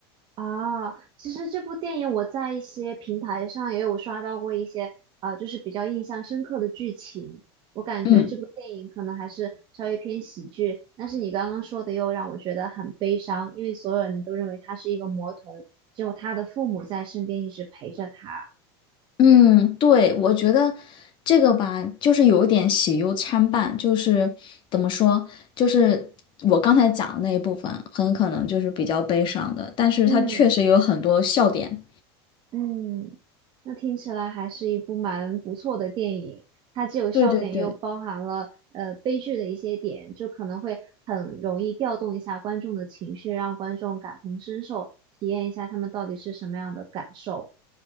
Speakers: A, on the right; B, on the left.
A: 啊，其实这部电影我在一些平台上也有刷到过一些，呃，就是比较印象深刻的剧情。我感觉这部电影可能还是稍微偏喜剧，
B: 嗯。
A: 但是你刚刚说的又让我觉得很悲伤，因为所有人都认为他是一个魔童，只有他的父母在身边一直陪着他。
B: 嗯，对，我觉得这个吧，就是有一点喜忧参半，就是怎么说，就是我刚才讲的那一部分，很可能就是比较悲伤的，但是它确实有很多笑点。
A: 嗯，嗯，那听起来还是一部蛮不错的电影，它既有笑点，
B: 对对对
A: 又包含了呃悲剧的一些点，就可能会很容易调动一下观众的情绪，让观众感同身受，体验一下他们到底是什么样的感受。